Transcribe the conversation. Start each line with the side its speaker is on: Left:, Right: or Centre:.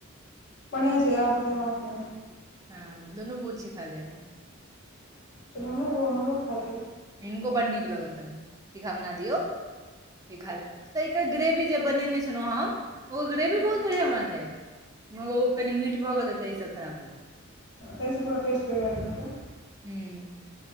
Left: बढ़िआ छै यादो तऽ रहतो।
Right: हँ दुनू बुची खा ले हैं।
Left: फेर हमरो बौआ खाइए।
Right: हिन्को बड नीक लगतन तीखा बना दियौ इ खा तऽ एकर ग्रेवी जे बनेने छलहुँ हम ओ ग्रेवी
Left: हुं
Right: बहुत
Left: हुं
Right: बढ़ियां बनले मगर ओ कनि मीठ भऽ गेलै तहिसँ खराब भऽ गेलै
Left: तय सॅ ओकर टेस्ट बना देलकै।
Right: हूँ।